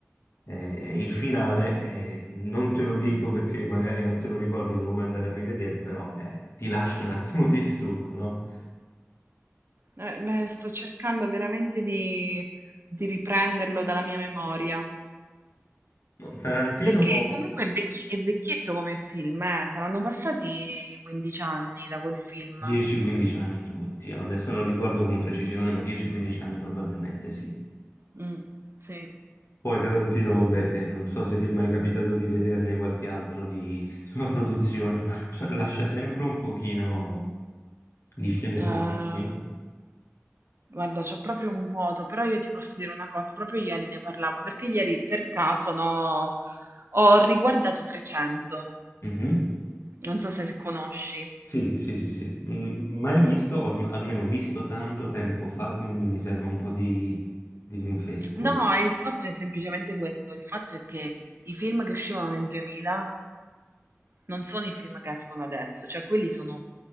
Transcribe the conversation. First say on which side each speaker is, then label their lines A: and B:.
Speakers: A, on the left (about 70°); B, on the right (about 55°).
A: Eh, il finale, eh, non te lo dico perché magari non te lo ricordi, te lo vuoi andare a rivedere, però eh, ti lascio un attimo di stucco, no?
B: Eh, beh, sto cercando veramente di, di riprenderlo dalla mia memoria.
A: No, Tarantino
B: Perché comunque è vecchi- è vecchietto come film, eh, Saranno passati 15 anni da quel film.
A: 10-15 anni tutti, adesso non ricordo con precisione, ma 10-15 anni probabilmente sì.
B: Mm, sì.
A: Poi Tarantino, beh, eh, non so se ti è mai capitato di vederne qualche altro di sua produzione, ma <laughs> lascia sempre un pochino di scene
B: Eh,
A: forti, no?
B: guarda, c'ho proprio un vuoto, però io ti posso dire una cosa, proprio ieri ne parlavo, perché ieri per caso no, ho riguardato 300,
A: Mhm.
B: non so se conosci.
A: Sì, sì, sì, sì. Mm, Mai visto, o alm- almeno visto tanto tempo fa, quindi mi serve un po' di, di rinfresco.
B: No, il fatto è semplicemente questo, il fatto è che i film che uscivano nel 2000 Non sono i film che escono adesso, cioè quelli sono